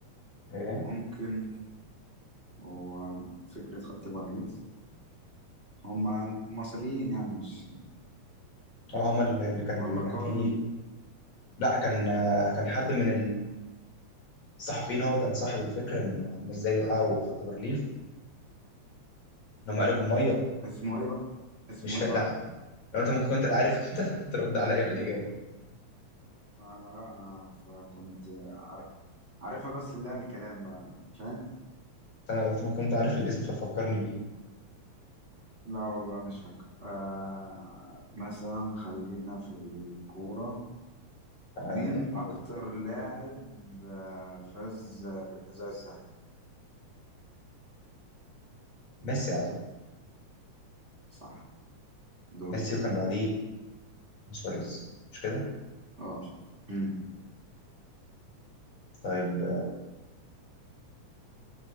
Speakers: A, on the left; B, on the right.
A: ايه
B: ممكن وفكرة خط بارليف هما المصريين يعني مش
A: اه هم اللي اللي كان
B: ولا
A: كان
B: قائد
A: فيه لا كان آه، كان حد من الصحفيين هو كان صاحب الفكرة إن هم ازاي وقعوا خط برلين إن هم قالوا بالمية
B: اسمه ايه بقى اسمه
A: مش فا...
B: ايه
A: لا
B: بقى
A: لو انت ممكن كنت عارف <laughs> انت ترد عليا بالاجابه
B: انا لا انا فكنت عارف عارفها بس اللي هي الكلام بقى فاهم
A: انا قلت ممكن كنت عارف الاسم فتفكرني بيه
B: لا والله مش فاكر آه مثلا خلينا في الكورة
A: آه،
B: مين
A: لاعب الكوره
B: أكتر لاعب آه فاز بالحذاء الذهبي
A: ميسي اعتقد
B: صح دور
A: ميسي وكان بعديه سواريز مش كده
B: اه مم.
A: طيب